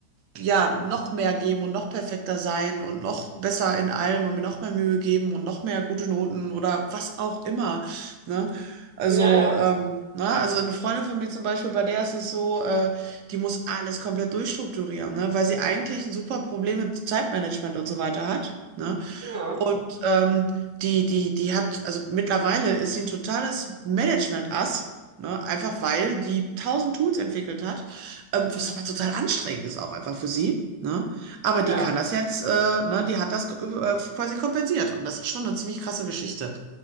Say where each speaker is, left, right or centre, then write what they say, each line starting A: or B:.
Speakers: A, on the right (about 45°); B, on the right (about 60°).
A: ja, noch mehr geben und noch perfekter sein und noch besser in allem und mir noch mehr Mühe geben und noch mehr gute Noten oder was auch immer, ne? Also,
B: Ja, ja,
A: ähm, na, also eine Freundin von mir zum Beispiel, bei der ist es so, äh, die muss alles komplett durchstrukturieren, ne? Weil sie eigentlich ein super Problem mit Zeitmanagement und so weiter hat, ne?
B: ja,
A: Und ähm, die, die, die hat, also mittlerweile ist sie ein totales Management-Ass, ne? Einfach weil die tausend Tools entwickelt hat, ähm, was aber total anstrengend ist auch einfach für sie. Ne? Aber
B: ja,
A: die kann das jetzt, äh, ne, die hat das äh, quasi kompensiert. Und das ist schon eine ziemlich krasse Geschichte.